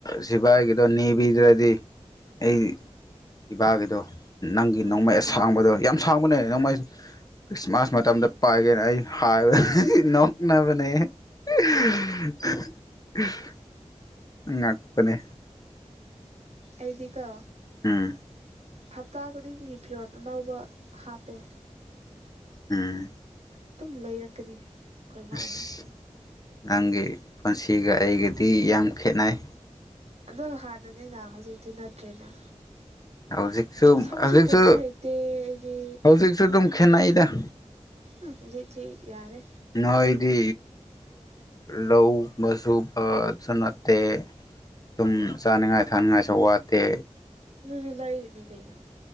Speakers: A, on the left; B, on the right.
A: ꯁꯤꯕꯥꯏꯒꯤꯗꯣ ꯅꯤꯕꯤꯗ꯭ꯔꯗꯤ ꯑꯩ ꯏꯄꯥꯒꯤꯗꯣ ꯅꯪꯒꯤ
B: ꯎꯝ
A: ꯅꯣꯡꯃꯩ ꯑꯁꯥꯡꯕꯗꯣ ꯌꯥꯝ ꯁꯥꯡꯕꯅꯦ ꯅꯣꯡꯃꯩ ꯈ꯭ꯔꯤꯁꯃꯥꯁ ꯃꯇꯝꯗ ꯄꯥꯏꯒꯦꯅ ꯑꯩ ꯍꯥꯏꯕ ꯅꯣꯛꯅꯕꯅꯦ <unintelligible> ꯉꯛꯄꯅꯦ
B: ꯑꯩꯗꯤꯀꯣ
A: ꯎꯝ
B: ꯍꯞꯇꯥ ꯈꯨꯗꯤꯡꯒꯤ ꯐꯤꯔꯣꯜ ꯑꯅꯧꯕ ꯍꯥꯞꯄꯦ
A: ꯎꯝ
B: ꯑꯗꯨꯝ ꯂꯩꯔꯛꯀꯅꯤ ꯑꯩꯈꯣꯏ
A: ꯑꯁ
B: ꯃꯥꯅ
A: ꯅꯪꯒꯤ ꯄꯨꯟꯁꯤꯒ ꯑꯩꯒꯗꯤ ꯌꯥꯝ ꯈꯦꯠꯅꯩ
B: ꯑꯗꯣ ꯍꯥꯟꯅꯅꯤꯅ ꯍꯧꯖꯤꯛꯇꯤ ꯅꯠꯇ꯭ꯔꯦꯅ
A: ꯍꯧꯖꯤꯛꯁꯨ
B: ꯁꯝꯁꯨ
A: ꯍꯧꯖꯤꯛꯁꯨ
B: ꯄꯨꯟꯕ ꯍꯩꯇꯦ ꯑꯩꯗꯤ
A: ꯍꯧꯖꯤꯛꯁꯨ ꯑꯗꯨꯝ ꯈꯦꯅꯥꯏꯗ
B: ꯎꯝ ꯍꯧꯖꯤꯛꯁꯤ ꯌꯥꯔꯦ
A: ꯅꯣꯏꯗꯤ ꯂꯧ ꯃꯁꯨꯕ ꯁꯅꯥꯇꯦ ꯑꯗꯨꯝ ꯆꯥꯅꯉꯥꯏ ꯊꯛꯅꯤꯡꯉꯥꯏꯁꯨ ꯋꯥꯠꯇꯦ
B: ꯑꯗꯨꯖꯨ ꯂꯥꯏꯔꯤꯅꯤ ꯀꯩꯅꫭ